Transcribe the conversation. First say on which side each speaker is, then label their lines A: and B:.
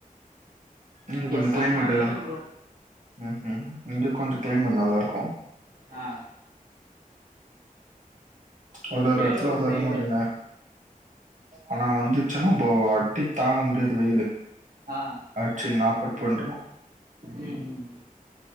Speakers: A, on the right (about 60°); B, on the right (about 80°).
A: இங்க கொஞ்ச
B: செம்ம
A: க்ளைமேட்
B: வெயிலு
A: எலா
B: ப்ரோ
A: ம் ம் இங்க கொஞ்ச க்ளைமேட் நல்லாருக்கு
B: ஆ
A: ஒரு ஒரு
B: வேலூர்
A: எட்த்துல ஒரு
B: சைடு
A: ஒரு மாரில்ல ஆனா வந்துச்சுர்ன்னா போ அடி தாங்க முடியாது வெயிலு
B: ஆ
A: அட்ச்சு நாக் அவ்ட் பண்ரு
B: ம்